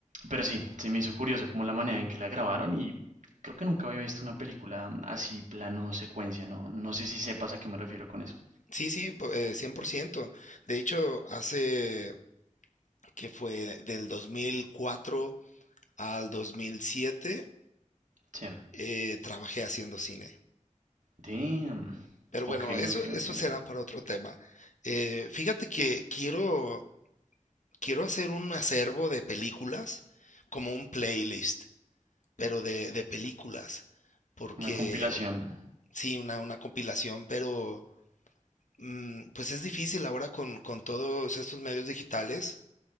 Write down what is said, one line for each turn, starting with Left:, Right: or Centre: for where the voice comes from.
Right: pero sí, se me hizo curioso como la manera en que la grabaron y creo que nunca había visto una película mm, así, plano, secuencia, ¿no? No sé si sepas a qué me refiero con eso.
Left: Sí, sí, po- eh, cien por ciento De hecho, hace que fue del 2004 al 2007,
Right: Sí.
Left: eh, trabajé haciendo cine.
Right: Damn.
Left: Pero bueno,
Right: Ok,
Left: eso,
Right: ok,
Left: eso
Right: ok.
Left: será para otro tema. Eh, fíjate que quiero quiero hacer un acervo de películas, como un playlist, pero de, de películas, porque
Right: Una compilación.
Left: sí, una, una compilación, pero mm, pues es difícil ahora con, con todos estos medios digitales,